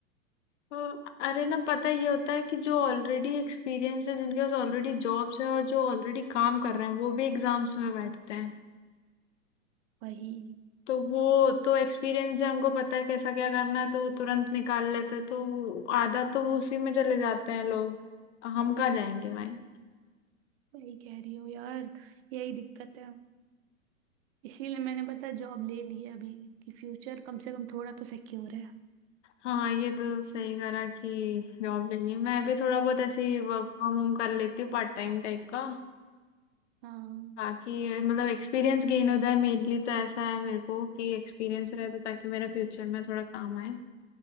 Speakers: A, on the left (about 60°); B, on the right (about 45°).
A: हाँ, अरे ना पता ये होता है कि जो ऑलरेडी एक्सपीरियंस है जिनके पास ऑलरेडी जॉब्स है और जो ऑलरेडी काम कर रहे हैं वो भी एग्जाम्स में बैठते हैं
B: वही
A: तो वो तो एक्सपीरियंस है उनको पता है कैसा क्या करना है तो वो तुरंत निकाल लेते हैं तो आधा तो वो उसी में चले जाते हैं लोग हम कहाँ जाएंगे भाई
B: सही कह रही हो यार यही दिक्कत है इसीलिए मैंने पता जॉब ले ली है अभी कि फ्यूचर कम से कम थोड़ा तो सिक्योर है
A: हाँ ये तो सही करा कि जॉब ले ली मैं भी थोड़ा बहुत ऐसे ही वर्क फ्रॉम होम कर लेती हूँ पार्ट टाइम टाइप का
B: हाँ
A: ताकि ये मतलब एक्सपीरियंस गेन हो जाए मेनली तो ऐसा है मेरे को कि एक्सपीरियंस रहे तो ताकि मेरा फ्यूचर में थोड़ा काम आए